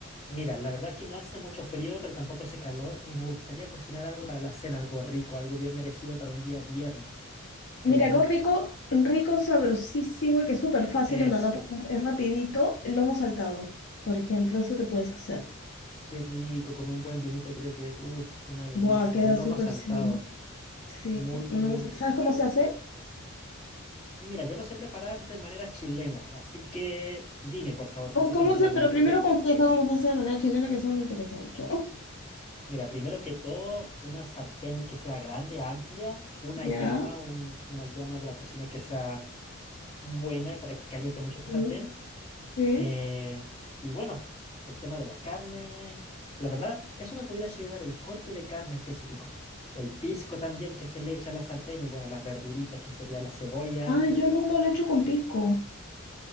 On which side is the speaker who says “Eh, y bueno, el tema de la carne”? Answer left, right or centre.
Left